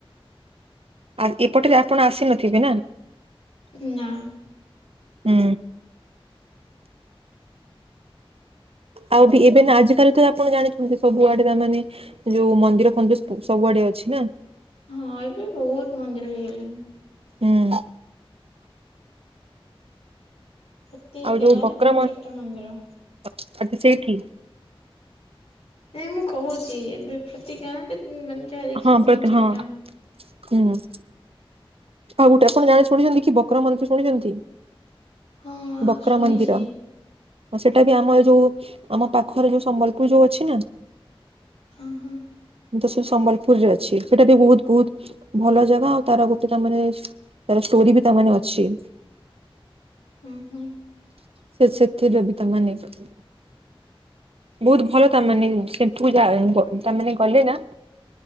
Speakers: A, on the right (about 75°); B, on the left (about 85°).
A: ଆ ଏପଟରେ ଆପଣ ଆସି ନଥିବେ ନା।
B: ନା।
A: ଉୁଁ। ଆଉ ବି ଏବେ ନା ଆଜିକାଲି ତ ଆପଣ ଜାଣିଛନ୍ତି ସବୁ ଆଡେ ତା ମାନେ। ଯୋଉ ମନ୍ଦିର ଫନ୍ଦିର ସବୁ ସବୁଆଡେ ଅଛି ନା।
B: ହଁ ଏବେ ବହୁତ୍ ମନ୍ଦିର ହେଇଗଲାଣି।
A: ହୁଁ।
B: ପ୍ରତି
A: ଆଉ
B: ଗାଁ
A: ଯୋଉ ବକ୍ର
B: ରେ ତିନି, ଚାରିଟା ମନ୍ଦିର।
A: <unintelligible> ସେଇଠି।
B: ନାଇଁ ମୁଁ କହୁଚ଼ି ଏବେ ପ୍ରତି ଗାଁରେ ଉଁ ମାନେ ଯାହା ଦେଖିବ
A: ହଁ
B: ତିନି
A: ବଟ୍
B: ଚାରିଟା।
A: ହଁ ହୁଁ। ଆଉ ଗୋଟେ ଆପଣ ଜାଣି ଶୁଣିଛନ୍ତି କି ବକ୍ର ମନ୍ଦିର ଶୁଣିଛନ୍ତି
B: ହଁ ଆଉ
A: ବକ୍ର
B: ଶୁଣିଛି
A: ମନ୍ଦିର? ହଁ ସେଟା ବି ଆମ ଏ ଯୋଉ ଆମ ପାଖରେ ଯୋଉ ସମ୍ବଲପୁର୍ ଯୋଉ ଅଛି ନା।
B: ହଁ ହଁ।
A: ମୁଁ ତ ସେ ସମ୍ବଲପୁର ରେ ଅଛି ସେଟା ବି ବହୁତ୍ ବହୁତ୍ ଭଲ ଜାଗା ଆଉ ତାର ଗୋ ଟେ ତାମରେ ତାର ଷ୍ଟୋରି ବି ତାମାନେ ଅଛି।
B: ଉଁ ହୁଁ।
A: ସେ ସେଥିରେ ବି ତା ମାନେ <unintelligible> ବହୁତ୍ ଭଲ ତା ମାନେ ସେଠୁ ଯା ତାମାନେ ଗଲେ ନା